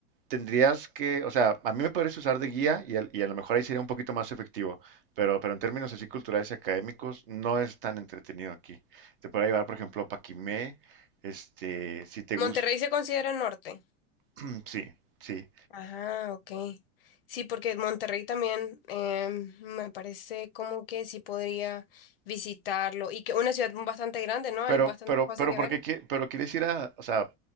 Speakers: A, on the right; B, on the left.
A: tendrías que, o sea, a mí me podrías usar de guía y, al- y a lo mejor ahí sería un poquito más efectivo, pero, pero en términos así culturales y académicos no es tan entretenido aquí. Te podría llevar, por ejemplo, a Paquimé, este, si te
B: Monterrey
A: gusta,
B: se considera norte.
A: <clears throat> sí, sí,
B: Ajá, ok. Sí, porque Monterrey también em, me parece como que sí podría visitarlo y que una ciudad bastante grande, ¿no? Hay
A: pero,
B: bastante
A: pero,
B: cosas
A: pero,
B: que
A: ¿por
B: ver.
A: qué, qui- pero quieres ir a, o sea,